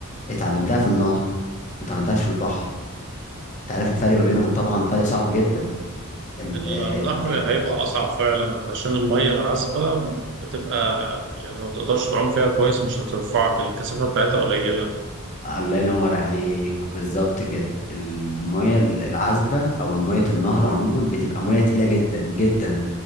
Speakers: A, on the left (about 35°); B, on the right (about 55°).
A: اتعلمتها في النهر ما اتعلمتهاش في البحر انت عارف الفرق ما بينهم طبعا فرق صعب جدا ال...
B: النهر
A: ال... ال...
B: هيبقى اصعب فعلا علشان الميه العذبه بتبقى يعني ما تقدرش تعوم فيها كويس مش هترفعك الكثافه بتاعتها قليله
A: الله ينور عليك بالظبط كده المية العذبة أو مية النهر عموما بتبقى مية تقيلة جدا جدا